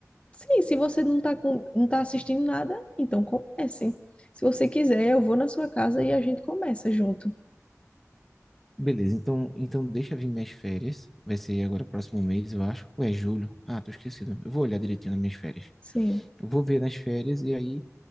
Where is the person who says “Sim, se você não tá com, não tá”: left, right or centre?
Left